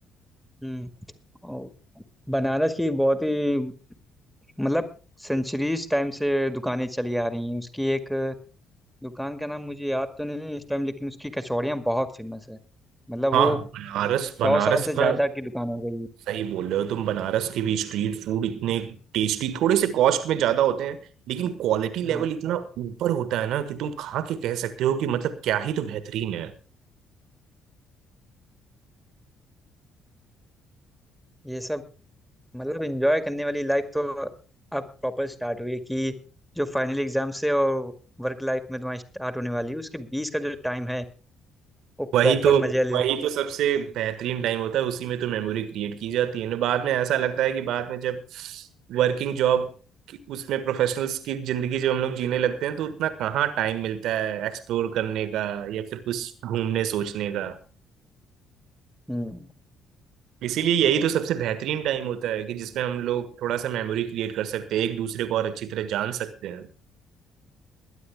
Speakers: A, in the centre; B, on the right.
A: हम्म और बनारस की बहुत ही मतलब सेंचुरीज टाइम से दुकानें चली आ रही हैं उसकी एक दुकान का नाम मुझे याद तो नहीं है इस टाइम लेकिन उसकी कचौड़ियाँ बहुत फेमस है मतलब वो
B: हाँ बनारस
A: सौ
B: बनारस
A: साल से
B: का
A: ज्यादा की दुकान हो गई है
B: सही बोल रहे हो तुम बनारस के भी स्ट्रीट फूड इतने टेस्टी थोड़े से कॉस्ट में ज्यादा होते हैं लेकिन क्वालिटी लेवल
A: हाँ
B: इतना ऊपर होता है ना कि तुम खा के कह सकते हो कि मतलब क्या ही तो बेहतरीन है
A: ये सब मतलब एंजॉय करने वाली लाइफ तो अब प्रॉपर स्टार्ट हुई है कि जो फाइनल एग्जाम से और वर्क लाइफ में तुम्हारी स्टार्ट होने वाली है उसके बीच का जो टाइम है वो
B: वही
A: प्रॉपर
B: तो
A: मजे वाले
B: वही
A: ले लें।
B: तो सबसे बेहतरीन टाइम होता है उसी में तो मेमोरी क्रिएट की जाती है ना बाद में ऐसा लगता है कि बाद में जब वर्किंग जॉब उसमें प्रोफेशनल्स की जिंदगी जब हम लोग जीने लगते हैं तो उतना कहाँ टाइम मिलता है एक्सप्लोर करने का या फिर कुछ घूमने सोचने का
A: हम्म
B: इसीलिए यही तो सबसे बेहतरीन टाइम होता है कि जिसमें हम लोग थोड़ा सा मेमोरी क्रिएट कर सकते हैं एक दूसरे को और अच्छी तरह जान सकते हैं